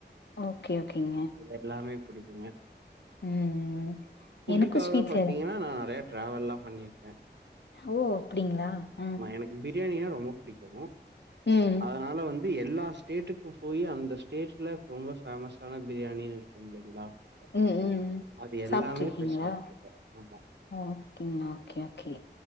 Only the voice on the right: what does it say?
எல்லாமே பிடிக்குங்க
புட்டுக்காக
பாத்தீங்கன்னா நா நெறைய ட்ராவெல்லா பண்ணியிருக்கே
எனக்கு பிரியாணினா ரொம்ப பிடிக்கு
அதனால வந்து எல்லா ஸ்டேட்டுக்கு போய் அந்த ஸ்டேட்டில ரொம்ப ஃபேமஸான பிரியாணின்னு இருக்கு இல்லைங்களா
அது எல்லாமே
போய் சாப்டீருக்கே ஆமா